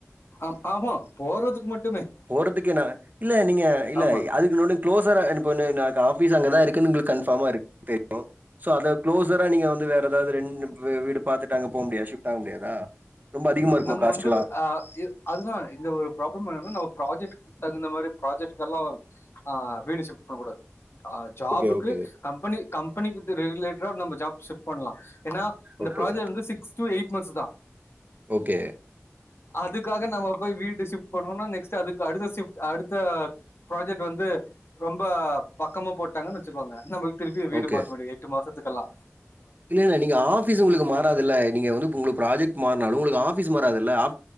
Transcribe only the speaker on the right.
போறதுக்கேனா இல்ல நீங்க இல்ல
அதுக்கு இன்னொன்னு க்ளோஸரா ஆ இப் ஒன் ஆபீஸ் அங்கதா இருக் உங்களுக்கு கன்ஃபார்மா இருக்கு தெரியு சோ அத கு்ளோசரா நீங்க வந்து வேற ஏதாவது ரெண்டு வீடு பாத்துட் அங்க போ முடியாது ஷிப்ட் ஆக முடியாதா ரொம்ப அதிகமா இருக்குமா
காஸ்ட்லாம்?
ஓகே, ஓகே,
ஓகே.
ஓகே
ஓகே.
இல்ல இல்ல நீங்க ஆபீஸ் உங்களுக்கு மாறதுல்ல நீங்க வந்து உங்களுக்கு ப்ராஜெக்ட் மாறினாலு உங்களுக்கு ஆபீஸ் மாறதுல ஆ